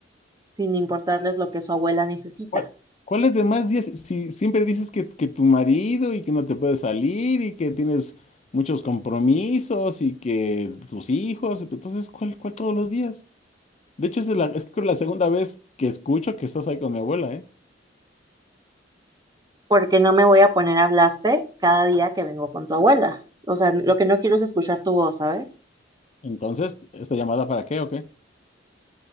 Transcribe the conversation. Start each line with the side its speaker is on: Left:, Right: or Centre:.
Right: sin importarles lo que su abuela necesita.
Left: ¿Cuál- ¿Cuáles demás días? Si siempre dices que, que tu marido y que no te puedes salir y que tienes muchos compromisos y que tus hijos, entonces, ¿cuál, cuál todos los días? De hecho, esa es, la, es creo la segunda vez que escucho que estás ahí con mi abuela, ¿eh?
Right: porque no me voy a poner a hablarte cada día que vengo con tu abuela. O sea, lo que no quiero es escuchar tu voz, ¿sabes?
Left: Entonces, ¿esta llamada para qué o qué?